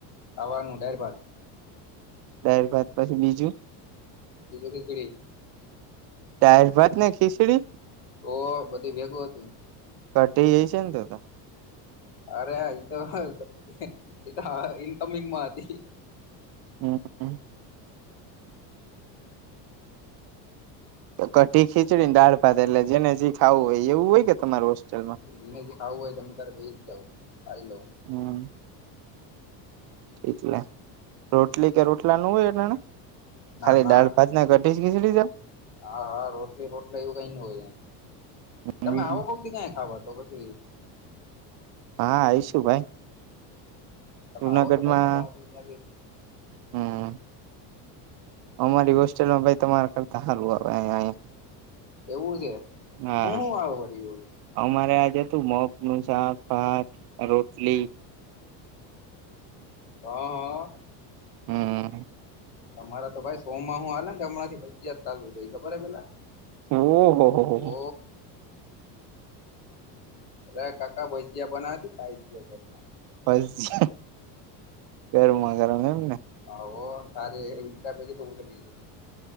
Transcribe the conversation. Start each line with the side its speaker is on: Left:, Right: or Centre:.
Left: આવવાનું ડર ભદ
Right: દાર ભાત પછી બીજું
Left: બીજું કઈ પડી
Right: દાળ ભાતને ખીચડી
Left: તો બધું ભેગું હતું.
Right: કટી છે ને તો
Left: અરે એ તો હોયે એતો ઇનકમિંગ માં હતી
Right: હમ્મ કટી ખીચડીને દાળ ભાત એટલે જેને જે ખાવું હોય એવું હોય કે તમારા હોસ્ટેલમાં
Left: જીને જે ખાવુ હોય તમે તારે બેહી જાઓ ખાઈ લએ
Right: હમ્મ એટલે રોટલી કે રોટલા નો હોય <unintelligible>
Left: ના
Right: ખાલી
Left: ના
Right: દાળ ભાત ને કડી ખીચડી છેં
Left: હા હા રોટલી રોટલી એવું કઈ ન હોય
Right: હમ
Left: તમે આવો કોઈક દી ખાવા તો પછી
Right: હા આવીશું ભાઈ
Left: તમે
Right: જુનાગઢમાં
Left: આવો તો થાય ને તમે પછી
Right: હમ્મ અમારી હોસ્ટેલમાં ભાઈ તમારા કરતા હારું આવે
Left: એવું છે
Right: હા
Left: હું હું આવો વરી એવું
Right: અમારે આજ હતું મોગ નું શાકભાત રોટલી
Left: અ અ
Right: હમ્મ
Left: તમારા તો ભાઈ સો માં હું આલે ને હમણાંથી ફજયાત ચાલુ થઈ ખબર હ પેલા
Right: ઓહ હો હો
Left: તો અ કાકા ભજીયા બનાવતી ખાઈ જાયે
Right: ભજીયા ગરમા ગરમ એમ ને
Left: આવો તારી <unintelligible>